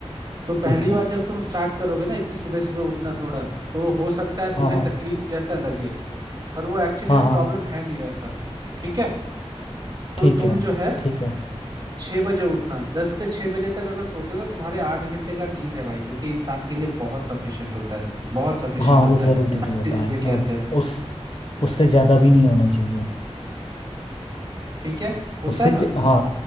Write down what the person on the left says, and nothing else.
ठीक है
हाँ हाँ
हाँ
हाँ
ठीक
है
ठीक है
हाँ
वो ज़रूरी
भी होता है
हाँ
उस उससे ज़्यादा भी नहीं होना चाहिए
उससे
ज-
हाँ